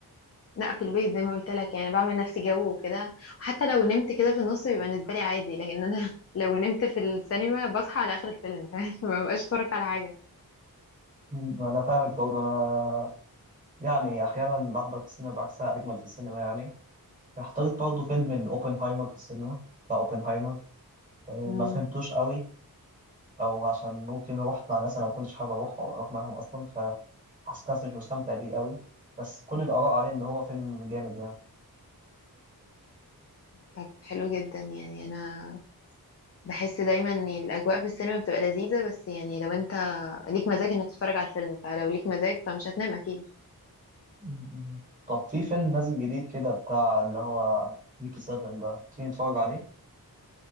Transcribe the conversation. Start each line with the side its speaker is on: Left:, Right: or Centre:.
Left: لا في البيت زي ما قلت لك يعني بعمل نفسي جو وكده وحتى لو نمت كده في النص بيبقى بالنسبه لي عادي لكن انا <laughs> لو نمت في السينما بصحى على اخر الفيلم فاهم <laughs> ما ببقاش اتفرج على حاجه
Right: م، انا فاهمك برضو انا يعني احيانا بحضر في السينما بحسها اجمل في السينما يعني اخترت برضه فيلم الأوبنهايمر في السينما بتاع أوبنهايمر آه،
Left: مم.
Right: ما فهمتوش قوي أو عشان ممكن روحت مع ناس أنا ما كنتش حابب أروح أو أروح معاهم أصلا فحسيت نفسي مش مستمتع بيه قوي بس كل الآراء عليه إن هو فيلم جامد يعني
Left: طب حلو جدا يعني انا بحس دايما ان الاجواء في السينما بتبقى لذيذه بس يعني لو انت ليك مزاج انك تتفرج على الفيلم فلو ليك مزاج فمش هتنام اكيد
Right: م- م. طب في فيلم نازل جديد كده بتاع اللي هو ميكي سيفن ده تيجي نتفرج عليه؟